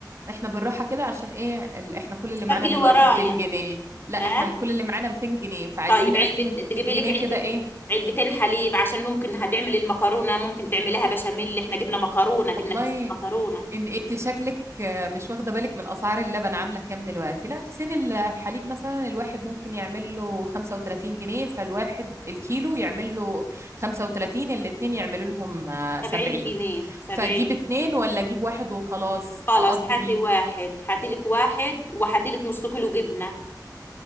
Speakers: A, on the right (about 40°); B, on the left (about 30°).
A: احنا بالراحة كده عشان ايه ال- احنا كل اللي معانا
B: سجلي
A: دلوقتي
B: ورايا
A: 200 جنيه لا
B: اه
A: احنا كل اللي معانا 200 جنيه فعايزين
B: طيب
A: نقسم
B: علبة
A: ال 200
B: تجيبي
A: جنيه
B: لك
A: كده
B: علبة
A: ايه
B: علبتين حليب عشان ممكن هتعملي المكرونة ممكن تعمليها بشاميل احنا جبنا مكرونة
A: والله
B: جبنا كيسين مكرونة
A: ان انت شكلك آه، مش واخدة بالك من اسعار اللبن عاملة كام دلوقتي لا كيسين ال- الحليب مثلا الواحد ممكن يعمل له 35 جنيه فالواحد الكيلو يعمل له 35 الاتنين يعملوا لهم آه، 70
B: 70 جنيه 70
A: فاجيب اتنين ولا اجيب واحد وخلاص
B: خلاص
A: اقضي
B: هاتي
A: بيه
B: واحد هاتي لك واحد وهاتي لك نص كيلو جبنة